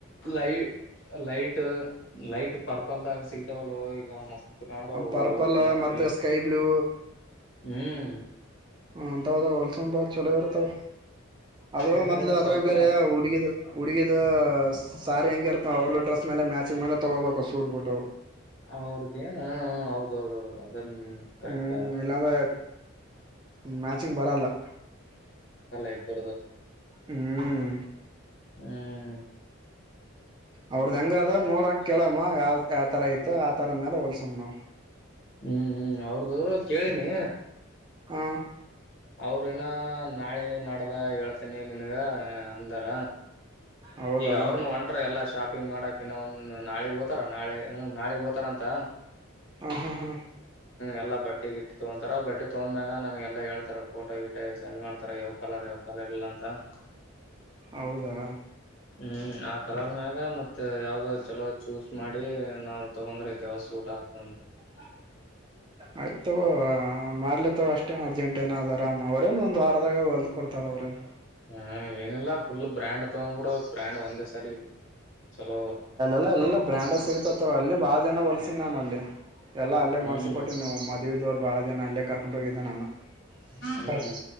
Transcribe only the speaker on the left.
ಲೈ ಲೈಟ್ ಲೈಟ್ ಪರ್ಪಲ್ದಾಗ ಸಿಗ್ತಾವಲ್ಲೊ ಈಗ ಮಸ್ತ್ ಕಾಂತಾವೋ
ಅವು ಮತ್ತ
ಹ್ಮ್
ಏ
ಸ್ವಲ್ಪ
ಅವ್ರದ ಏನ ಹೌದ ಹೌದುೌದು ಅದ ಕರೆಕ್ಟಾ
ಇಬ್ರುದು
ಹ್ಮ್
ಹ್ಮ್ ಹ್ಮ್ ಅವ್ರದು ಕೇಳಿನಿ
ಅವ್ರ ಇನ್ನ ನಾಳೆ ನಾಡ್ದ ಹೆಳ್ತೀನಿ ನಿನ್ಗ ಅಂದಾರ
ಈಗ ಅವ್ರನು ಹೊಂಟಾರ ಎಲ್ಲಾ ಶಾಪಿ ಪಿಂಗ್ ಮಾಡಾಕ ಇನ್ನ ಒಂದ್ ನಾಳೆಗ್ ಹೊತಾರ ನಾಳೆ ಹ್ಮ್ ನಾಳಗ್ ಓತಾರ ಅಂತ
ಎಲ್ಲಾ ಬಟ್ಟಿ ಗಿಟ್ಟ ತಗೊಂತರ ಬಟ್ಟೆ ತಗೊಂಡ್ ಮ್ಯಾಗ ನನ್ಗೆಲ್ಲ ಹೇಳ್ತಾರ ಫೋಟೋ ಗಿಟೋ ಸೆಂಡ್ ಮಾಡ್ತಾರ ಯಾವ್ ಕಲರ್ ಯಾವ್ ಕಲರ್ ಇಲ್ಲಾ ಅಂತ <inaudible>
ಹ್ಮ್ ಆ ಕಲರ್ ಮ್ಯಾಗ ಮತ್ತೆ ಯಾವ್ದ್ ಚಲೋ ಚೂಸ್ ಮಾಡಿ ನಾವು ತಗೊಂಡ್ರ ಐತಿ ಅವಸ್ ೋಟ ಸಂಂತ <unintelligible>
ಹ್ಮ ಏನಿಲ್ಲ ಫುಲ್ ಬ್ರ್ಯಾಂಡ್ ತೋಗಂಬುಡಬೇಕ್ ಬ್ರ್ಯಾಂಡ್ ಒಂದೇ ಸರಿ ಚಲೋ
ಹ್ಮ್
ಹ್ಮ್